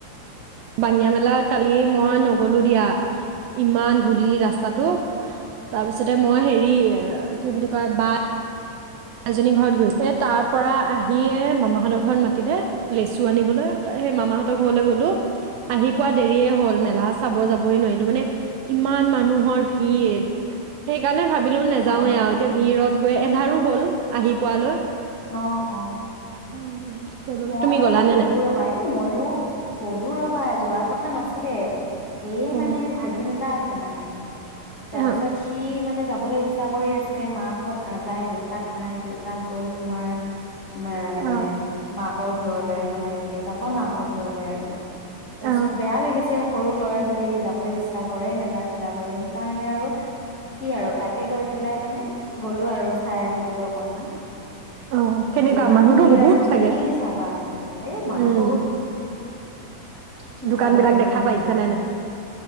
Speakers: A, on the right (about 80°); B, on the left (about 45°).
A: বাঙিয় মেলা কালিয় মই নগলো দিয়া ইমান ধূলি ৰাস্তাটো তাৰপিছতে মই হেৰি কি বুলি কয় বাট মাজনী ঘৰত গৈছে তাৰ পৰা আহিয়ে মামাহঁতৰ ঘৰত মাতিলে লেচু আনিবলৈ সেই মামাহঁতৰ ঘৰলৈ গলো আহি পোৱা দেৰিয়ে হ'ল মেলা চাব যাবই নোৱাৰিলো মানে ইমান মানুহৰ ভিৰ সেইকাৰণে ভাবিলোও নাযাওৱে
B: অ
A: আৰু এতিয়া ভিৰত গৈ এন্ধাৰো হ'ল আহি পোৱালৈ
B: অ অ
A: উম সেইবাবে
B: মই
A: তুমি
B: বাৰু
A: গ'লানে
B: গ'লো
A: নাই
B: ৰবা এই ময়ো গ'লো ৰবা যোৱাৰ কথা নাছিল ছিলে এই
A: অ অ
B: মানে ভাগিন এতা আছে মানে তাৰ
A: অ
B: পিছত সি মানে যাবলৈ ইচ্ছা কৰি আছিলে মাক হত নাযায় দেউতাক নাই দেউতাক গ'ল তোমাৰ ম মানে
A: অ
B: মাকৰ ঘৰলৈ মানে দেউতাকৰ মাকৰ ঘৰলৈ আৰু তাৰপিছত
A: অ',
B: বেয়া লাগিছে অ সৰু ল'ৰা ছোৱালী যাবলৈ ইচ্ছা কৰে মেলা চেলা লৈ সেইকাৰণে আৰু কি আৰু তাকে লৈ পেলাই মানে গ'লো আৰু চাই আহিলোগৈ অকনমান
A: অ', কেনেকুৱা
B: যিমান
A: মানুহতো
B: ভিৰ
A: বহুত
B: আৰু
A: চাগে
B: কি চাবা আৰু এই মানুহ
A: উম
B: বহুত কি
A: দোকান
B: চাবা
A: বিলাক
B: ইমান
A: দেখা পাইছে
B: ভিৰত
A: নে নাই